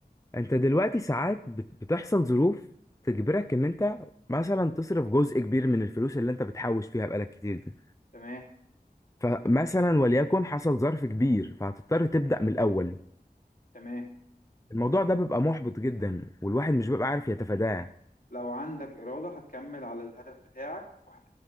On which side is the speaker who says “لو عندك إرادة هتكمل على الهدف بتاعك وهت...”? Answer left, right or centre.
Left